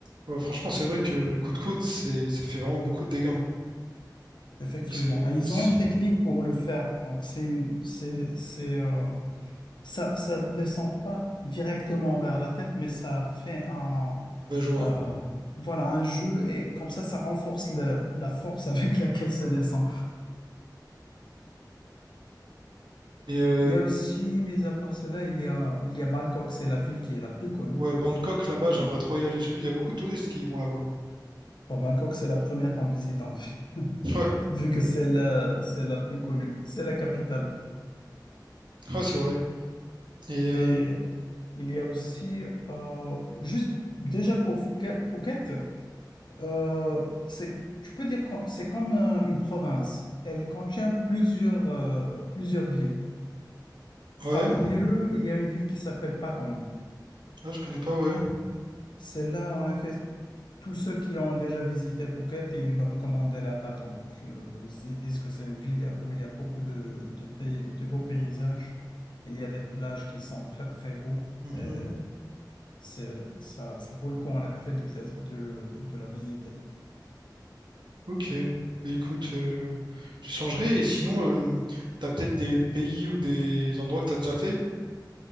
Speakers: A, on the right; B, on the left.
A: Ouais, franchement, c'est vrai que le coup de coude, c'est, ça fait vraiment beaucoup de dégâts. hein.
B: Effectivement.
A: Donc c'est,
B: Et ils
A: c'est-
B: ont une technique pour le faire. Donc, c'est une, c'est, c'est, euh, ça, ça descend pas directement vers la tête, mais ça fait un,
A: ouais, je vois.
B: euh, voilà, un jeu et comme ça, ça renforce le- la force <laughs> avec laquelle ça descend.
A: Et euh,
B: Il y a aussi, mis à part cela, il y a, il y a Bangkok, c'est la ville qui est la plus connue.
A: ouais, Bangkok là-bas, j'aimerais
B: Connue.
A: trop y aller. J'ai vu, il y a beaucoup de touristes qui y vont là-bas.
B: Bon, Bangkok, c'est la première qu'on visite, en fait.
A: <laughs>
B: vu que c'est la, c'est la plus connue, c'est la capitale.
A: Ouais, ouais, c'est vrai. Et euh,
B: Et il y a aussi, euh, juste déjà pour Phuket, Phuket, euh, c'est, tu peux dire que c'est comme euh, une province. Elle contient plusieurs, euh, plusieurs villes.
A: ouais,
B: Parmi eux, il y a une ville qui s'appelle Patong.
A: ah, je connais pas, ouais.
B: Celle-là, en effet, tous ceux qui ont déjà visité Phuket, ils me recommandaient la Patong. Je- ils disent que c'est une ville où il y a beaucoup de, de, pays- de beaux paysages. Il y a des plages qui sont très, très beaux.
A: Mhm.
B: Euh, c'est, ça, ça vaut le coup, en effet, de, le- de, le- de la visiter.
A: Ok. Mais écoute, euh, j'y songerai. Et sinon, euh, t'as peut-être des pays ou des endroits que t'as déjà fait